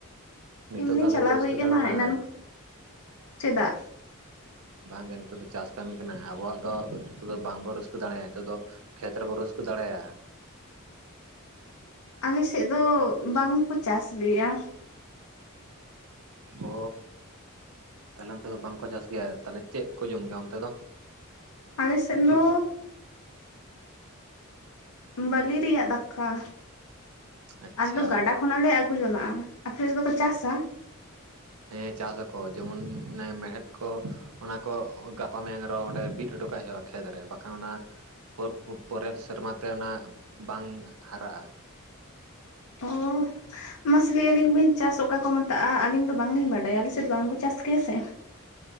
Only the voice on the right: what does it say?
ᱱᱤᱛᱚᱜ
ᱫᱚ ᱟᱞᱚᱵᱤᱱ
ᱨᱟᱹᱥᱠᱟᱹ
ᱫᱟᱬᱟᱱᱟ
ᱵᱟᱝ ᱜᱮ ᱱᱤᱛᱚᱜ ᱫᱚ ᱪᱟᱥ ᱠᱟᱹᱢᱤ ᱠᱟᱱᱟ ᱟᱵᱚᱣᱟᱜ ᱫᱚ ᱱᱤᱛᱚᱜ ᱫᱚ ᱵᱟᱝ ᱵᱚ ᱨᱟᱹᱥᱠᱟᱹ ᱫᱟᱲᱮᱭᱟᱜ ᱱᱤᱛᱚᱜ ᱫᱚ ᱠᱷᱮᱛ ᱨᱮᱵᱚ ᱨᱟᱹᱥᱠᱟᱹ ᱫᱟᱲᱮᱭᱟᱜᱼᱟ᱾
ᱚ ᱛᱟᱦᱞᱮ ᱚᱱᱛᱮ ᱫᱚ ᱵᱟᱝᱠᱚ ᱪᱟᱥ ᱜᱮᱭᱟ ᱛᱟᱦᱞᱮ ᱪᱮᱜ ᱠᱚ ᱡᱚᱢ ᱜᱮᱭᱟ ᱚᱱᱛᱮ ᱫᱚ?
ᱰᱷᱮᱨ
ᱟᱪᱪᱷᱟ
ᱦᱮᱸ ᱪᱟᱥᱟᱠᱚ ᱡᱮᱢᱚᱱ ᱚᱱᱮ ᱢᱮᱲᱦᱮᱫ ᱠᱚ ᱚᱱᱟ ᱠᱚ ᱜᱟᱯᱟ ᱢᱮᱭᱟᱝ ᱟᱨᱦᱚᱸ ᱚᱸᱰᱮ ᱵᱤᱫ ᱚᱴᱚ ᱠᱟᱜ ᱦᱩᱭᱩᱜᱼᱟ ᱠᱷᱮᱛ ᱨᱮ ᱵᱟᱠᱷᱟᱱ ᱚᱱᱟ ᱯᱚᱨ ᱯᱚᱨᱮᱨ ᱥᱮᱨᱢᱟ ᱛᱮ ᱚᱱᱟ ᱵᱟᱝ ᱦᱟᱨᱟᱜᱼᱟ᱾